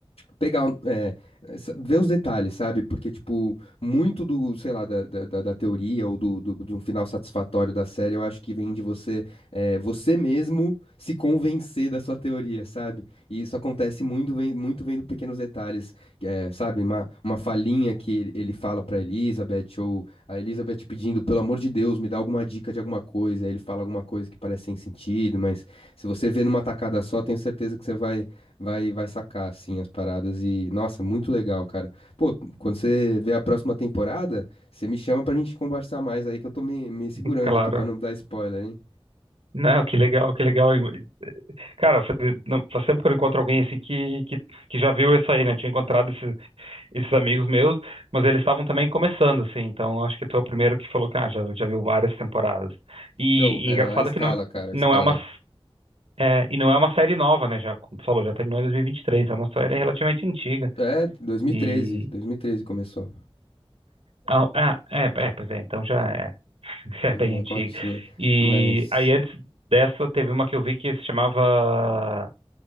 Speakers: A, on the left (about 80°); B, on the right (about 75°).
A: pegar, é, essa- ver os detalhes, sabe? Porque, tipo, muito do, sei lá, da, da, da- da teoria ou do, do- de um final satisfatório da série, eu acho que vem de você, é, você mesmo se convencer da sua teoria, sabe? E isso acontece muito, vem, muito vendo pequenos detalhes, que é, sabe? Uma, uma falinha que ele, ele fala pra Elizabeth, ou a Elizabeth pedindo, pelo amor de Deus, me dá alguma dica de alguma coisa, aí ele fala alguma coisa que parece sem sentido, mas se você vê numa tacada só, tenho certeza que você vai vai vai sacar assim as paradas e nossa, muito legal, cara. Pô, quando você vê a próxima temporada, você me chama pra gente conversar mais aí que eu tô me, me segurando
B: <laughs> claro.
A: aqui pra não dar spoiler, hein?
B: Não, que legal, que legal. Cara, faz, não, faz tempo que eu encontro alguém assim que, que, que já viu isso aí, né? Tinha encontrado esse. esses amigos meus, mas eles estavam também começando, assim, então acho que tu é o primeiro que falou que ah, já, já viu várias temporadas. E,
A: Não, ela
B: e engraçado
A: escala,
B: que não,
A: cara, escala.
B: não é uma, é, e não é uma série nova, né, já, como tu falou, já terminou em 2023, é uma série relativamente antiga,
A: É, 2013,
B: e...
A: 2013 começou
B: Ah, ah, é, é, pois é, então já é, <laughs> já é
A: uma
B: bem antiga.
A: cotinha,
B: E
A: mas
B: aí antes dessa teve uma que eu vi que se chamava